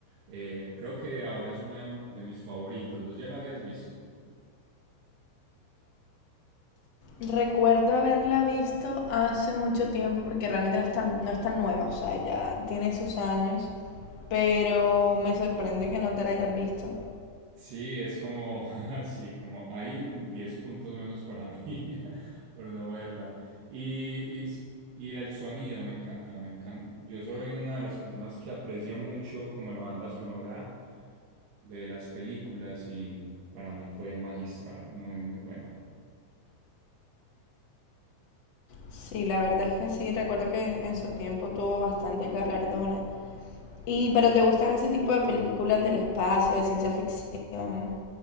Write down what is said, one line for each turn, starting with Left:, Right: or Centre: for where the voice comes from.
Right: eh, creo que ahora es una de mis favoritas, ¿vos ya la habías visto?
Left: Recuerdo haberla visto hace mucho tiempo porque realmente no es tan, no es tan nueva, o sea, ya tiene sus años, pero me sorprende que no te la hayas visto.
Right: Sí, es como, <laughs> así, como hay un 10 puntos menos para mí <laughs> por no verla. Y, y, y el sonido me encanta, me encanta. Yo soy una de las personas que aprecia mucho como la banda sonora de las películas y para mí fue magistral, muy, muy buena.
Left: Sí, la verdad es que sí, recuerdo que en su tiempo tuvo bastantes galardones. Y, pero ¿te gustan ese tipo de películas del espacio, de ciencia ficción?